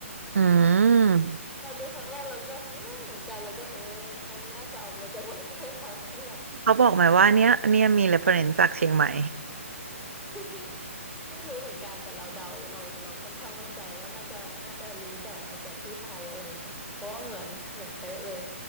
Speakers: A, on the right; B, in the centre.
A: อืม
B: เราดูครั้งแรกเราก็ฮึมเหมือนกันแล้วก็เออเขาน่าจะเอามาจากประเทศเรานั่นแหละ
A: เขาบอกไหมว่าเนี้ยเนี่ยมี reference จากเชียงใหม่
B: <laughs> ไม่ <laughs> ไม่รู้เหมือนกันแต่เราเดาเราเราค่อนข้างมั่นใจว่าน่าจะน่าจะรู้แบบมาจากที่ไทยอะไรอย่างเงี้ยเพราะว่าเหมือนเหมือนเป๊ะเลย